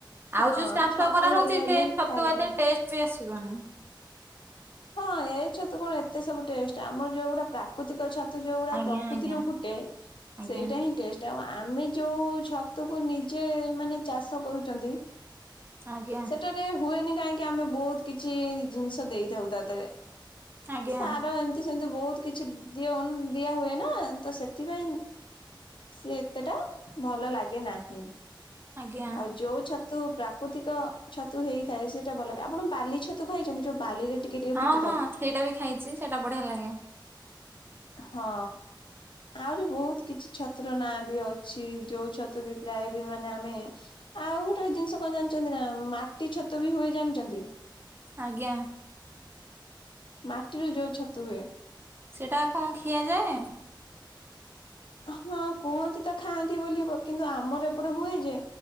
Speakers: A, on the left; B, on the right.
A: ହଁ
B: ଆଉ ଯୋଉ ଚାଷ
A: ଛତୁ
B: କରାହଉଛି
A: ହେଇଗଲେ
B: ସେ ଛତୁ
A: ଖାଇବି।
B: ଏତେ ଟେଷ୍ଟ ବି ଆସିବନି।
A: ହଁ ଏଇ ଛତୁ କଣ ଏତେ ସବୁ ଟେଷ୍ଟ ଆମର ଯୋଉ ଗୁଡା ପ୍ରାକୃତିକ ଛତ୍ ତୁ ଯୋଉଗୁଡା
B: ଆଜ୍ଞା
A: ପ୍ରକୃତିରୁ
B: ଆଜ୍ଞା
A: ଫୁଟେ
B: ଆଜ୍ଞା
A: ସେଇଟା ହିଁ ଟେଷ୍ଟ। ଟା ଆମେ ଯୋଉ ଛତୁକୁ ନିଜେ ମାନେ ଚାଷ କରୁଛନ୍ତି
B: ଆଞା।
A: ସେଟାରେ ହୁଏନି କାହିଁକି ଆମେ ବହୁତ କିଛି ଜିନିଷ ଦେଇଥାଉ ତା ଦେହରେ
B: ଆଜ୍ଞା
A: ସାର ଏମତି ସେମିତି ବହୁତ କିଛି ଦିଅ ନ ଦିଆ ହୁଏ ନା। ତ ସେଥିପାଇଁ ସିଏ ଏତେଟା ଭଲ ଲାଗେ ନାହିଁ।
B: ଆଜ୍ଞା।
A: ଆଉ ଯୋଉ ଛ ଛତୁ ପ୍ରାକୃତିକ ଛତୁ ହେଇଥାଏ? ସେଇଟା ଭଲ ଲାଗେ। ଆପଣ ବାଲି ଛତୁ ଖାଇଛନ୍ତି? ଯୋଉ ବାଲିରେ ଟିକେ ଟିକେ
B: ହଁ
A: ଫୁଟିଥାଏ
B: ହଁ ସେଇଟା ବି ଖାଇଛି। ସେଇଟା ବଢିଆ ଲାଗେ।
A: ହଁ। ଆହୁରି ବହୁତ କିଛି ଛତୁର ନାଁ ବି ଅଛି। ଯୋଉ ଛତୁ ବି ପ୍ରାୟ ବି ମାନେ ଆମେ ଆଉ ଗୋଟେ ଜିନିଷ କଣ ଜାଣିଛନ୍ତି ନା ମାଟି ଛତୁ ବି ହୁଏ ଜାଣିଛନ୍ତି?
B: ଆଜ୍ଞା।
A: ମାଟିରୁ ଯୋଉ ଛତୁ ହୁଏ?
B: ସେଟା କଣ ଖିଆଯାଏ?
A: ହଁ କୁହନ୍ତି ତ ଖାଆନ୍ତି ବୋଲି କିନ୍ତୁ, ଆମର ଏପଟେ ହୁଏ ଯେ